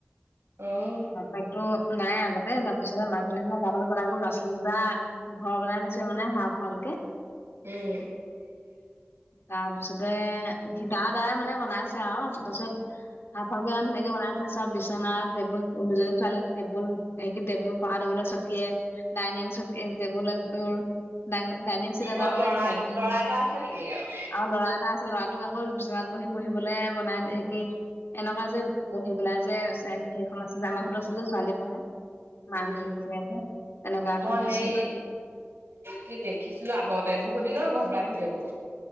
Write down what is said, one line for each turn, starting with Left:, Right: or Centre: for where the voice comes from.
Right: অ'।
Left: বাপেকতো নাই আগতে, তাৰপিছতে মাকজনী হেনো কাৰবালৈ পাই গ'ল, ল'ৰা ছোৱালী কেইটাক ঘৰ বনাই দিছে মানে হাফ ৱালকে।
Right: উম।
Left: তাৰপিছতে ঠীকাদাৰে মানে বনাইছে আৰু, তাৰপিছত হাফ ৱালকে ইমান ধুনীয়াকে বনাইছে, চব বিচনা, টেবুল দুজনী ছোৱালীক টেবুল, হেৰি কি? টেবুল পঢ়া টেবুলে চকীয়ে ডাইনিং, চকী, টেবুল এযোৰ ডাই ডাইনিং চিট এটা
Right: অ',
Left: মানে
Right: ল'ৰা
Left: চাৰিখন,
Right: ল'ৰা এটা আছে নেকি অ',
Left: আৰু ল'ৰা এটা আছ ল'ৰাটোক আকৌ বিচনাত বহি পঢ়িবলৈ বনাই হেৰি এনেকুৱা যে, বহি পেলাই যে চাই সেই এখন আছে যে, আমাৰ
Right: উম,
Left: ঘৰটো আছে যে ছোৱালীয়ে পঢ়ে, মাহঁতে
Right: উম,
Left: দিছিলে যে, তেনেকুৱা এখন
Right: মই
Left: দিছে।
Right: হেৰি কি দেখিছিলো আগতে? বহুত দিনৰ আগৰ হপাই ভিডিঅটো।